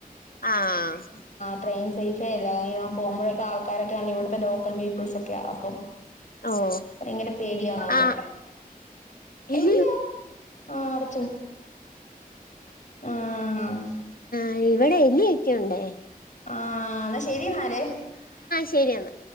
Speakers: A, on the left; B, on the left.
A: ആഹ്
B: ട്രെയിൻ സെയ്ഫെ അല്ല <unintelligible> പോകുമ്പഴൊക്കെ ആൾക്കാരൊക്കെ അല്ലെ ഇവ്ട്ത്തെ ലോക്കൽ പീപ്പിൾസൊക്കെയാ അപ്പം
A: ഓഹ്
B: ഭയങ്കര പേടിയാ നമുക്ക്
A: ആഹ് <inaudible>
B: എലിയാ ആഹ് അടച്ചോ ആഹ്
A: അഹ് ഇവടെ എലിയൊക്കെയുണ്ടേ
B: ആഹ് എന്നാ ശെരി ന്നാല്
A: ശെരി എന്നാ